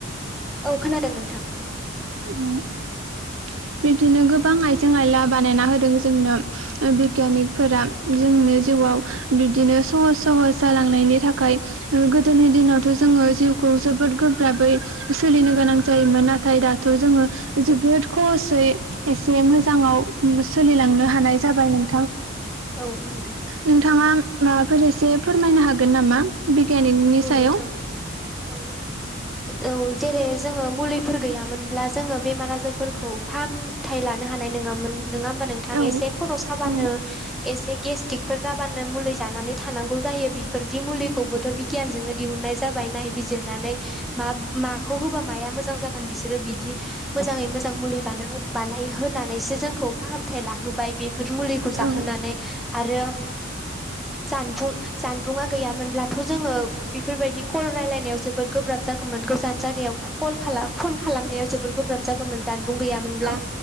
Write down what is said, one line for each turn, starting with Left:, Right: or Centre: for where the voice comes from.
Centre: औ खोनादों नोंथां
Right: <inaudible> बिबदिनो गोबां आइजें आयला बानायना होदों जोंनो बिगियानिकफोरा जोंनो। जिउआव बिबदिनो सहस सहस जालांनायनि थाखाय गोदोनि दिनावथ' जोङो। खौ जोबोद गोब्राबै सोलिनो गोनां जायोमोन नाथाय दाथ' जोङो जोबोद खहसयै एसे मोजाङाव सोलिलांनो हानाय जाबाय नोंथां
Centre: औ नोंथां
Right: नोंथाङा माबाफोर एसे फोरमायनो हागोन नामा? बिगियानिकनि
Centre: औ
Right: सायाव
Centre: नोंथां औ औ जेरै जोङो मुलिफोर गैयामोनब्ला जोङो बेमार आजारफोरखौ फाहामथायाइ लानो हानाय नङामोन नङा होमबा नोंथां
Right: औ
Centre: एसे खर' साबानो
Right: औ
Centre: एसे गेस्टिकफोर जाबानो मुलि जानानै थानांगौ जायो बिफोरदि मुलिखौबोथ' गियानजोंनो दिहुनाय जाबाय नायबिजिरनानै मा माखौ होबा माया मोजां जाब। बिसोरो बिदि मोजाङै मोजां मुलि ब बानाय होनानैसो जोंखौ फाहामथाय लाहोबाय बे मुलिखौ जाहोनानै
Right: औ
Centre: आरो जानबुं जानबुंङा गैयामोनब्लाथ' जोङो बेफोरबायदि कल रायलायनायाव जोबोद गोब्राब जागौमोन गोजान जायगायाव कल खालाम फन खालामनायाव जोबोर गोब्राब जागौमोन जानबुं गैयामोनब्ला
Right: औ